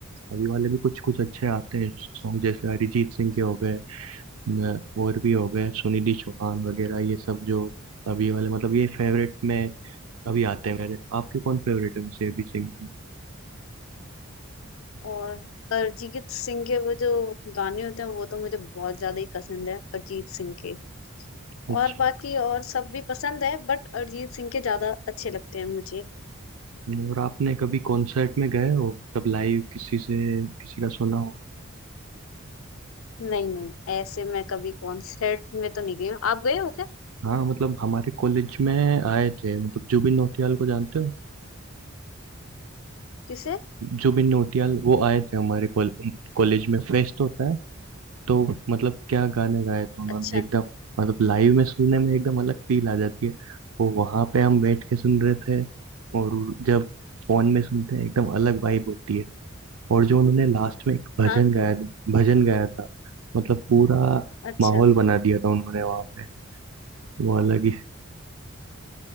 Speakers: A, on the right; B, on the left.
A: अभी वाले भी कुछ कुछ अच्छे आते हैं सॉन्ग जैसे अरिजीत सिंह के हो गए न- और भी हो गए सुनिधि चौहान वगैरह ये सब जो अभी वाले मतलब ये फेवरेट में अभी आते हैं मेरे आपके कौन फेवरेट है वैसे अभी सिंगर में?
B: और अरिजीत सिंह के वो जो गाने होते हैं वो तो मुझे बहुत ज्यादा ही पसंद है अरिजीत सिंह के
A: अच्छा
B: और बाकी और सब भी पसंद है बट अरिजीत सिंह के ज्यादा अच्छे लगते हैं मुझे
A: और आपने कभी कॉन्सर्ट में गए हो तब लाइव किसी से किसी का सुना हो
B: नहीं नहीं ऐसे मैं कभी कॉन्सर्ट में तो नहीं गई हूँ आप गए हो क्या
A: हाँ मतलब हमारे कॉलेज में आए थे मतलब जुबिन नौटियाल को जानते हो
B: किसे
A: जुबिन नौटियाल वो आए थे हमारे कॉलेज में फेस्ट होता है तो मतलब क्या गाने गाए थे उन्होंने
B: अच्छा
A: एकदम मतलब लाइव में सुनने में एकदम अलग फील आ जाती है वो वहां पे हम बैठ के सुन रहे थे और जब फोन में सुनते हैं एकदम अलग वाइब होती है और जो उन्होंने लास्ट में एक भजन
B: हाँ
A: गाया भजन गाया था मतलब पूरा
B: अच्छा
A: माहौल बना दिया था उन्होंने वहां पे वो अलग ही